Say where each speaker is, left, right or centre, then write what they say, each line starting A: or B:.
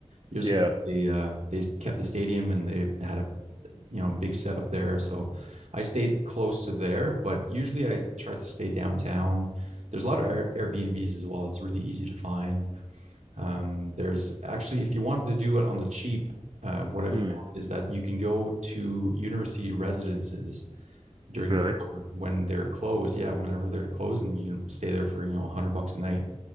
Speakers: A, on the right (about 75°); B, on the right (about 45°).
A: years
B: yeah.
A: ago they uh, they kept the stadium and they had a you know big setup there so i stayed close to there but usually i tried to stay downtown there's a lot of airbnbs as well it's really easy to find um, there's actually if you want to do it on the cheap uh, what i've
B: Mm,
A: found is that you can go to university residences during
B: really?
A: the summer when they're closed yeah whenever they're closed and you can stay there for you know 100 bucks a night